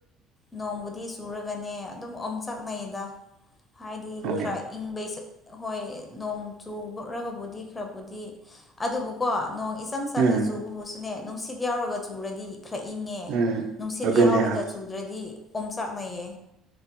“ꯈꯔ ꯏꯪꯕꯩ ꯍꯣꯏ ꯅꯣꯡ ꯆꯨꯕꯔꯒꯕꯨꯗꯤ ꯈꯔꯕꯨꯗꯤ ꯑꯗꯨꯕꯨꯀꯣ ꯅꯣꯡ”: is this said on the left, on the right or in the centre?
Left